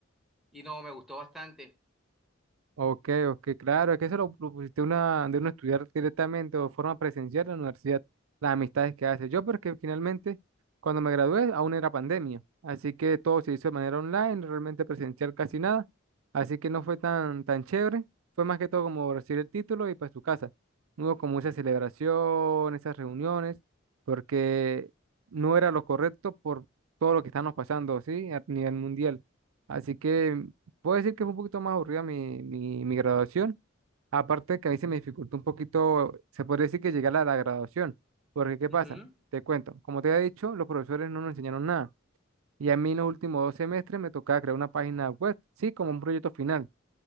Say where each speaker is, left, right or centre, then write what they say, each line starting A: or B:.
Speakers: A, in the centre; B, on the right (about 80°).
A: y no, me gustó bastante.
B: Ok, ok, claro, es que se lo propusiste una, de uno estudiar directamente o de forma presencial en la universidad, las amistades que hace. Yo, porque finalmente, cuando me gradué, aún era pandemia, así que todo se hizo de manera online, realmente presencial casi nada, así que no fue tan, tan chévere, fue más que todo como recibir el título y para su casa. No hubo como esa celebración, esas reuniones, porque no era lo correcto por todo lo que estamos pasando, ¿sí? A nivel mundial. Así que Puedo decir que fue un poquito más aburrida mi, mi, mi graduación. Aparte que a mí se me dificultó un poquito, se podría decir que llegar a la graduación. Porque, ¿qué pasa?
A: Ujú.
B: Te cuento. Como te había dicho, los profesores no nos enseñaron nada. Y a mí en los últimos dos semestres me tocaba crear una página web, sí, como un proyecto final.